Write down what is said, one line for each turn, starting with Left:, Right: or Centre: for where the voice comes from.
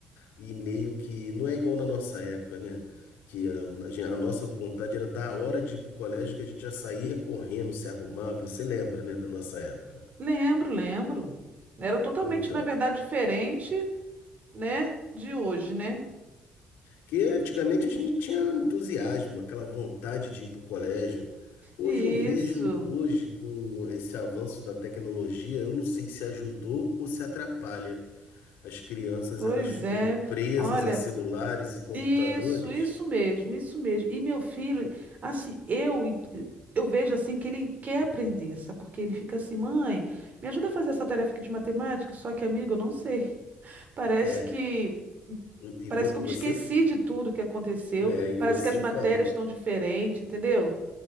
Left: e meio que não é igual na nossa época, né? Que a, a gen- a nossa vontade era da hora de ir para o colégio que a gente já saía correndo, se arrumava. Você lembra, né, da nossa época?
Right: Lembro, lembro. Era totalmente,
Left: Então,
Right: na verdade, diferente, né, de hoje, né?
Left: Porque antigamente a gente tinha entusiasmo, aquela vontade de ir para o colégio. Hoje
Right: Isso.
Left: eu vejo, hoje com esse avanço da tecnologia, eu não sei se ajudou ou se atrapalha. As crianças,
Right: Pois
Left: elas ficam
Right: é.
Left: presas
Right: Olha,
Left: a celulares e computadores.
Right: Isso, isso mesmo, isso mesmo. E meu filho, assim, eu eu vejo assim que ele quer aprender, sabe? Porque ele fica assim, mãe, me ajuda a fazer essa tarefa aqui de matemática, só que, amigo, eu não sei. <laughs> Parece
Left: É,
Right: que
Left: e
Right: parece
Left: vo-
Right: que eu
Left: você,
Right: me esqueci
Left: f-
Right: de tudo que aconteceu,
Left: é, e
Right: parece
Left: você
Right: que as matérias
Left: falou,
Right: estão diferentes, entendeu?